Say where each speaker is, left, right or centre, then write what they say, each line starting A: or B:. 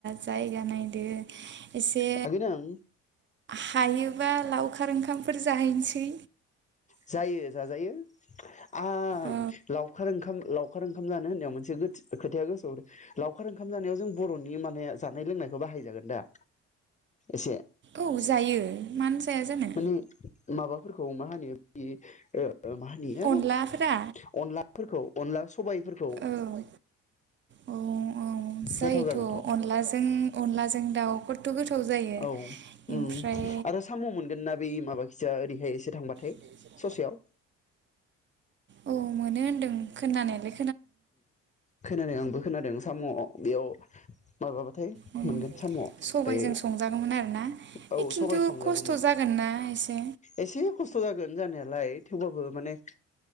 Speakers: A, on the right (about 35°); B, on the left (about 20°).
A: जायगा नायदो एसे
B: थागोन आं
A: हायो मबा लावखार ओंखामफोर जाहैनोसै
B: जायो जाजायो आं
A: औ
B: लावखार ओंखाम लावखार ओंखाम जानो होननायाव मोनसे गोथि खोथाया गोसोआव लाव खार ओंखाम जानायाव जों बर'नि माने जानाय लोंनायखौ बाहायजागोन दा एसे
A: औ जायो मानो जाया जानो
B: माने माबा फोरखौ मा होन ओ मा होनो
A: अनलाफोरा
B: अनलाफोरखौ अनला सबायफोरखौ
A: औ औ जायोथ'
B: गोथाव जागोनथ
A: अनलाजों अनलाजों दाउखौथ' गोथाव जायो
B: औ
A: ओमफ्राय
B: उम आरो साम मोनगोनना बे माबा खिजा ओरैहाय एसे थांबाथाय
A: <inaudible>
B: ससेयाव
A: औ मोनो होन्दों खोनानायलाय
B: खोनादों आंबो खोनादों साम बेयाव माबाबाथाय
A: उम
B: मोनगोन साम ओमफ्राय
A: सबायजों संजागौमोन आरोना
B: औ
A: बे खिन्थु
B: सबाय संजागौमोन
A: खस्थ' जागोन ना एसे
B: एसे खस्थ जागोन जानायालाय थेवबाबो माने